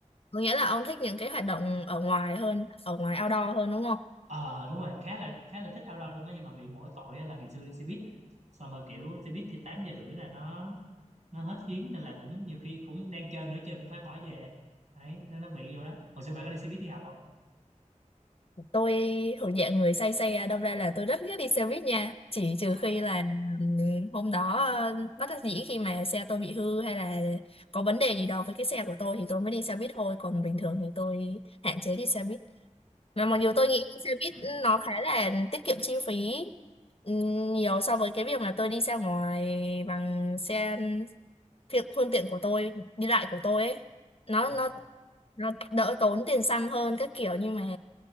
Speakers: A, on the left; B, on the right.
A: có nghĩa là ông thích những cái hoạt động ở ngoài hơn, ở ngoài outdoor hơn đúng không?
B: ờ đúng rồi khá là khá là thích outdoor luôn á nhưng mà bị mỗi tội á là ngày xưa đi xe buýt xong rồi kiểu xe buýt thì tám giờ rưỡi là nó nó hết chuyến nên là cũng nhiều khi cũng đang chơi nửa chân cũng phải bỏ về đấy nên nó bị rồi đó hồi xưa bạn có đi xe buýt đi học không
A: Tôi thuộc dạng người say xe, đâm ra là tôi rất ghét đi xe buýt nha. Chỉ
B: ờ
A: trừ khi là ừm, hôm đó ờ, bất đắc dĩ khi mà xe tôi bị hư hay là có vấn đề gì đó với cái xe của tôi thì tôi mới đi xe buýt thôi. Còn bình thường thì tôi hạn chế đi xe buýt.
B: ờ
A: Mà mặc dù tôi nghĩ
B: <clears throat>
A: xe buýt nó khá là tiết kiệm chi phí ừm, nhiều so với cái việc mà tôi đi ra ngoài bằng xe phương, phương tiện của tôi, đi lại của tôi ấy. Nó
B: ờ
A: nó nó đỡ tốn tiền xăng hơn các kiểu nhưng mà